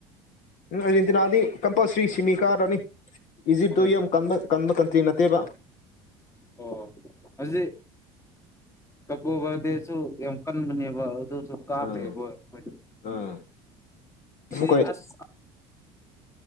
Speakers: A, on the left; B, on the left.
A: ꯎꯝ ꯎꯝ ꯏꯗꯤꯅꯥꯗꯤ ꯀꯝꯄꯜꯁꯔꯤ ꯁꯤꯃꯤ ꯀꯥꯔ ꯔꯅꯤ ꯏꯖꯤꯞ
B: ꯍꯣꯏ
A: ꯗꯣ ꯀ ꯀꯟꯕ ꯀꯟꯇ꯭ꯔꯤ ꯅꯠꯇꯦꯕ
B: ꯑꯣ ꯍꯧꯖꯤꯛ ꯀꯀꯣ ꯈꯗꯁꯨ ꯌꯥꯝ ꯀꯟꯕꯅꯦꯕ ꯑꯗꯨꯁꯨ ꯀꯥꯈ꯭ꯔꯦꯕ
A: ꯑꯥ
B: ꯃꯣꯏꯗ
A: ꯑꯥ ꯑꯃꯨꯛꯀ
B: ꯁꯤ ꯑꯁ